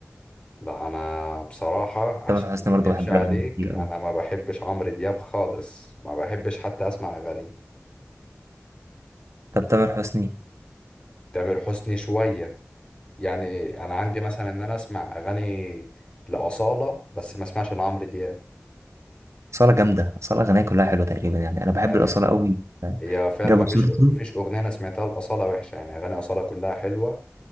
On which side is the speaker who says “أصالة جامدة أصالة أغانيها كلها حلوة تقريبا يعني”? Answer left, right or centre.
Right